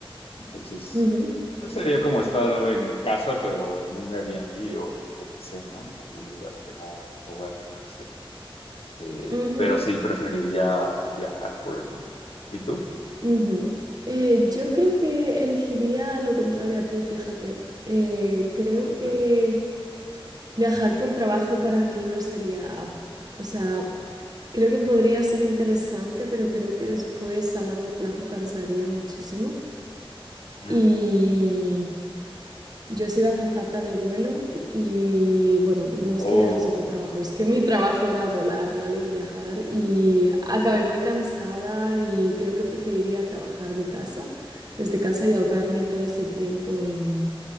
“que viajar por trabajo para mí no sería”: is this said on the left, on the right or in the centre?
Right